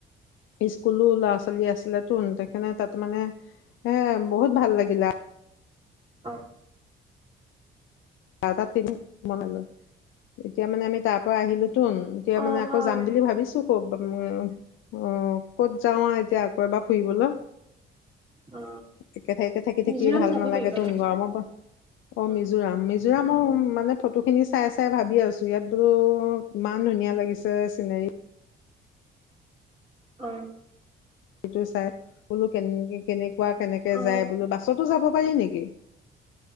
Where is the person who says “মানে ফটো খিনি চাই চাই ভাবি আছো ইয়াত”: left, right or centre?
Left